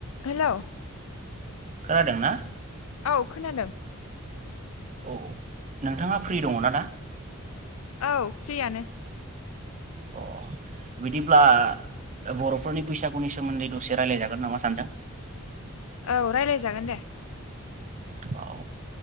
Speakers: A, on the left; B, on the right.
A: हेल'।
B: खोनादों ना।
A: औ खोनादों।
B: औ नोंथाङा फ्रि दङ ना दा।
A: औ फ्रियानो।
B: अ बिदिब्ला बर'फोरनि बैसागुनि सोमोन्दै दसे राय्लायजागोन नामा सानैजों।
A: औ राय्लायजागोन दे‌।
B: औ